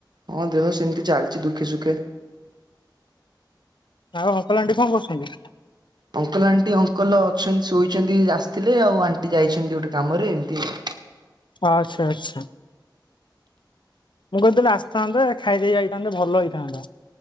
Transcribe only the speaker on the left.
ଆଉ ଅଙ୍କଲ୍ ଆଣ୍ଡି କଣ କରୁଛନ୍ତି?
ଆଚ୍ଛା ଆଚ୍ଛା। ମୁଁ କହିଥିଲି ଆସିଥାନ୍ତେ ଖାଇଦେଇ ଯାଇଥାନ୍ତେ ଭଲ ହେଇଥାନ୍ତା।